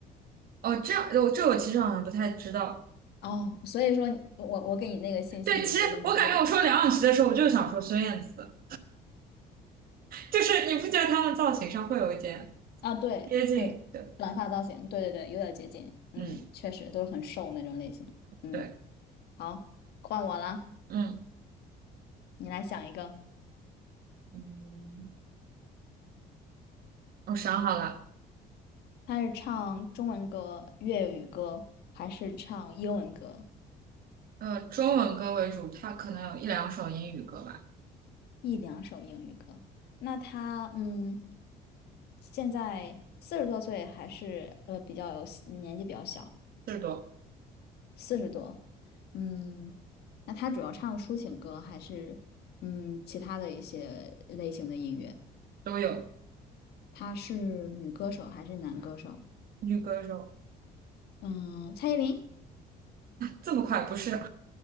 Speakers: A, on the right; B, on the left.
A: 哦，这样，我这我其实好像不太知道。
B: 哦，所以说你我我给你那个信息，
A: 对，
B: 你觉得没用
A: 其实我感觉我说梁咏琪的时候，我就想说孙燕姿，就是你不觉得他们造型上会有一点
B: 啊？对对，
A: 接近？对，
B: 短发造型，对对对，有点接近，嗯，
A: 嗯，
B: 确实都是很瘦那种类型。嗯，
A: 对，
B: 好，换我啦，
A: 嗯
B: 你来想一个，
A: 嗯。我想好了，
B: 他是唱中文歌、粤语歌还是唱英文歌？
A: 呃，中文歌为主，它可能有一两首英语歌吧，
B: 一两首英语歌。那他嗯，现在四十多岁，还是呃比较有年纪比较小，
A: 四十多
B: 四十多。嗯，那他主要唱抒情歌还是嗯其他的一些类型的音乐？
A: 都有。
B: 他是女歌手还是男歌手？
A: 女歌手
B: 嗯，蔡依林
A: 这么快？不是，